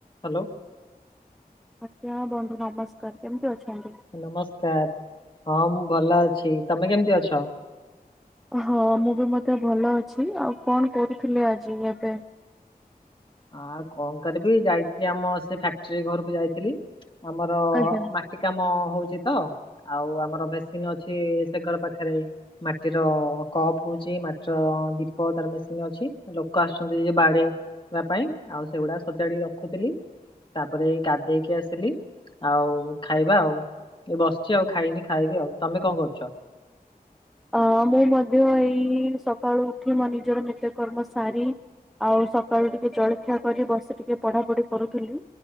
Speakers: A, on the left; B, in the centre.
A: Hello.
B: ଆଜ୍ଞା ବନ୍ଧୁ ନମସ୍କାର କେମିତି ଅଛନ୍ତି।
A: ନମସ୍କାର ହଁ ମୁଁ ଭଲ ଅଛି, ତମେ କେମିତି ଅଛ।
B: ହଁ ମୁଁ ବି ମଧ୍ୟ ଭଲ ଅଛି, ଆଉ କଣ କରୁଥିଲେ ଆଜି ଏବେ
A: ଆଁ କଣ କରିବି ଯାଇଥିଲି ଆମ ସେ ଫ୍ୟାକ୍ଟ୍ରି ଘରକୁ ଯାଇଥିଲି ଆମର
B: ଆଜ୍ଞା।
A: ମା ଟି କାମ ହଉଛି ତ ଆଉ ଆମର ମେସିନ ଅଛି ସେ ଘର ପାଖରେ ମାଟିର କପ୍ ହଉଛି, ମାଟିର ଦୀପ ତାର ମେସିନ୍ ଅଛି ଲୋକ ଆସୁଛନ୍ତି ଯଉ ବାଡେଇ ବା ପାଇଁ ଆଉ ସେଗୁଡା ସଜାଡି ରଖୁଥିଲି ତାପରେ ଏଇ ଗାଧେଇକି ଆସିଲି ଆଉ ଖାଇବା ଆଉ ଏ ବସିଛି ଆଉ ଖାଇନି ଖାଇବି ଆଉ ତମେ କଣ କରୁଚ।
B: ଅ ମୁଁ ମଧ୍ୟ ଏଇ ସକାଳୁ ଉଠି ମୋ ନିଜର ନିତ୍ୟକର୍ମ ସାରି ଆଉ ସକାଳୁ ଟିକେ ଜଳଖିଆ କରି ବସି ଟିକେ ପଢାପଢି କରୁଥିଲି।